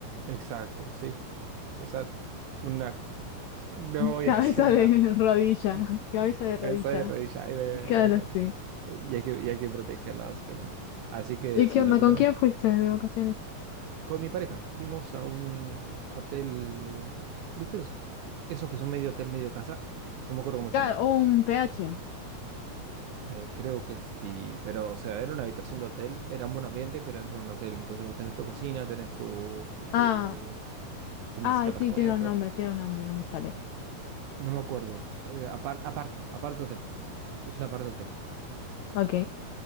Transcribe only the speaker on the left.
<laughs>
Cabeza
de
rodilla,
<laughs> cabeza de rodilla.
Claro,
sí.
¿Y qué
onda?
¿Con quién
fuiste de vacaciones?
Claro,
un pH.
Ah,
ah, sí,
tiene un
nombre, tiene un nombre, no me sale.
Ok.